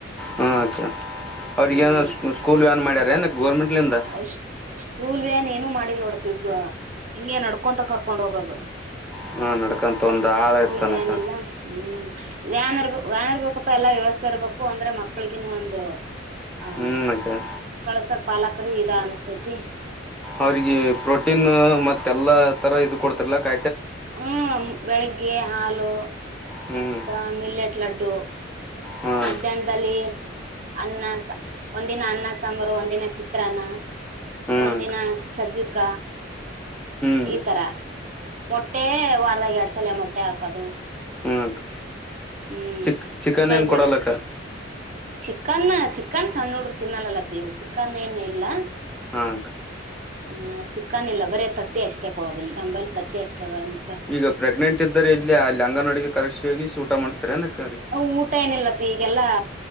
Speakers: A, in the centre; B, on the right.
A: ಹಾಂ ಅಕ್ಕಾ ಅವ್ರಗಏನು
B: ಹ್ಮ್
A: ಸ್ಕೂಲ್ ಏನು ಮಾಡ್ಯಾರ ಏನ ಗೋರ್ಮೆಂಟ್ಲಿಂದ
B: ್ ಸ್ಕೂಲ್ ವನ್ ಏನು ಮಾಡಲ್ ನೋಡಪ ಈಗ ಹಿಂಗೆ ನಡ್ಕೊಂತ ಕರ್ಕೊಂಡ್ ಹೋಗೋದು
A: ಹ್ಮ ನಡ್ಕಂತ ಒಂದ್ ಆಳ
B: ಸ್ಕೂಲ್
A: ಇರ್ತನಕ
B: ವ್ಯಾನ್ ಇಲ್ಲ ಹ್ಮ್ ವ್ಯನ್ರ್ ವ್ಯ್ಯಾನ್ ಇರ್ಬೇಕಪ್ಪ ಎಲ್ಲಾ ವ್ಯವಸ್ಥೆ ಇರ್ಬೇಕು ಅಂದ್ರೆ ಮಕ್ಳಿಗನು ಒಂದು ಹಾಂ
A: ಹ್ಞೂ ಅಕ್ಕ
B: ಕಳ್ಸೋಕ್ ಪಾಲಾಕ್ರ ಇದ ಅನ್ನಿಸ್ತೈತಿ
A: ಅವ್ರಿಗೆ ಪ್ರೋಟೀನು ಮತ್ತೆ ಎಲ್ಲಾ ತರ ಇದು ಕೊಡ್ತಾರಲ್ಲ ಕ
B: ಹು ಬೆಳಿಗ್ಗೆ ಹಾಲು
A: ಹ್ಮ್
B: ಮತ್ತ ಆಮ್ಲೆಟ್ ಲಡ್ಡು-
A: ಹಾಂ
B: ಮಧ್ಯಾಹ್ನದಲ್ಲಿ- ಅನ್ನ ಸಾ ಅನ್ನ ಒಂದಿನ ಅನ್ನ ಸಾಂಬಾರು ಒಂದಿನ ಚಿತ್ರಾನ್ನ
A: ಹ್ಮ್
B: ಒಂದಿನ ಸಜ್ಜುಕ
A: ಹ್ಮ್
B: ಈ ತರ ಮೊಟ್ಟೆ- ಾಗ ಎರಡ್ ಸಲ ಮೊಟ್ಟೆ ಹಾಕೋದು-
A: ಹಾಕ್ಕ
B: ಹ್ಮ್
A: ಚಿ ಚಿಕನ್
B: ಗರಿಬಿಣಿ
A: ಏನ್ ಕೊಡಲ್ಲಕ್ಕ.
B: ಚಿಕನ್ ಚಿಕನ್ ಸಣ್ಣ ನೋಡ್ರರು ತಿನ್ನಲ್ಲಲ್ಲ ಪಿವು ಚಿಕನ್ ಏನು ಇಲ್ಲ.
A: ಹಾ ಅಕ್ಕ
B: ಆ್ ಚಿಕ್ಕನ್ ಇಲ್ಲ ಬರ ತತ್ತೆ ಅಷ್ಟೇ ಕೊಡೋದ ಇಲ್ಲಿ ನಂಬಲ್ಲಿ ತತ್ತೆ ಅಷ್ಟೇ ಬಂದು
A: ಈಗ ಪ್ರೆಗ್ನೆಂಟ್ ಇದ್ದರೆ ಇಲ್ಲಿ ಆಲ್ಲಿ ಅಂಗನೋಡಿಗೆ ಕರೆಕ್ಕ್ಷ ಹೋಗಿ ಊಟ ಮಾಡ್ತಾರೆ ಎನ್ ಅಕ್ಕಾ -
B: ಊಟ ಏನಿಲ್ಲಪ್ಪ ಈಗೆಲ್ಲಾ-